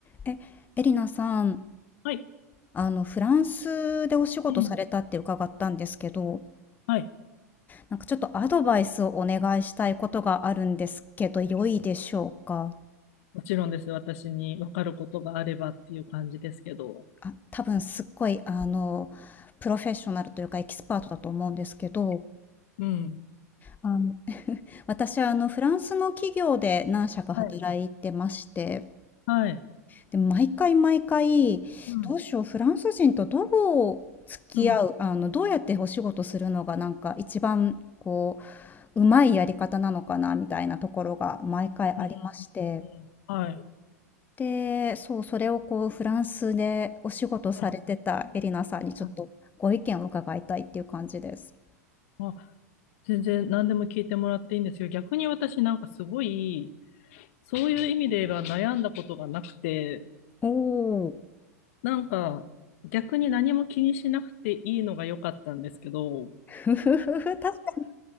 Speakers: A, on the left; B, on the left.
A: え、エリナさん、
B: はい。
A: あの、フランスでお仕事されたって伺ったんですけど、
B: うん。はい。
A: なんかちょっとアドバイスをお願いしたいことがあるんですけど、良いでしょうか
B: もちろんです。私に分かることがあればっていう感じですけど。
A: あ、多分すっごい、あの、プロフェッショナルというかエキスパートだと思うんですけど、
B: うん。
A: あの、私はあの、フランスの企業で何社か働いてまして、
B: はい。はい。
A: で、毎回毎回、
B: うん。
A: どうしよう、フランス人とどう付き合う、
B: うん。
A: あの、どうやってお仕事するのがなんか一番こう、うまいやり方なのかなみたいなところが毎回ありまして。
B: うん。うんはい。
A: で、そう、それをこう、フランスでお仕事されてたエリナさんにちょっとご意見を伺いたいっていう感じです。
B: はい。うんあ、全然何でも聞いてもらっていいんですよ。逆に私なんかすごい、そういう意味で言えば悩んだことがなくて、
A: おお、
B: なんか逆に何も気にしなくていいのが良かったんですけど、う
A: <laughs> ふふふふ、確かに、